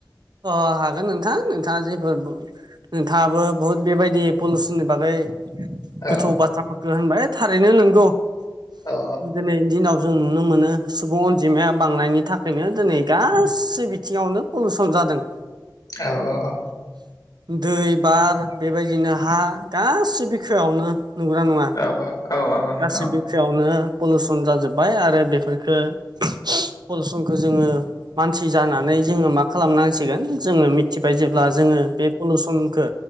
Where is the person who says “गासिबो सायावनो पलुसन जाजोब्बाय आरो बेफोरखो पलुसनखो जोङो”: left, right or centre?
Right